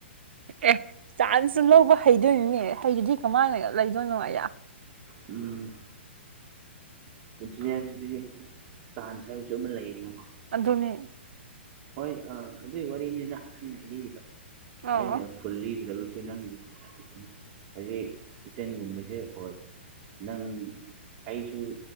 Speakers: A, on the right; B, on the right.
A: ꯑꯦ ꯆꯥꯟꯁꯨ ꯂꯧꯕ ꯍꯩꯗꯣꯏꯅꯤꯅꯦ ꯍꯩꯗꯗꯤ ꯀꯃꯥꯏꯅ ꯂꯩꯗꯣꯏꯅꯣ ꯑꯩꯌꯥ
B: ꯎꯝ ꯄꯨꯟꯁꯤ ꯍꯥꯏꯕꯁꯤꯗꯤ ꯆꯥꯟꯁ ꯍꯥꯏꯕꯁꯨ ꯑꯃ ꯂꯩꯗꯅꯀꯣ
A: ꯑꯗꯨꯅꯤ
B: ꯍꯣꯏ ꯑꯥ ꯑꯗꯨꯒꯤ ꯋꯥꯔꯤꯅꯤꯗ ꯑꯩꯅ ꯂꯤꯔꯤꯗꯣ
A: ꯑꯣ
B: ꯑꯩꯅ ꯐꯨꯜꯂꯤꯗ꯭ꯔꯒꯁꯨ ꯅꯪꯅ ꯌꯦꯡꯉ ꯍꯧꯖꯤꯛ ꯀꯤꯆꯟꯒꯨꯝꯕꯁꯦ ꯍꯣꯏ ꯅꯪ ꯑꯩꯁꯨ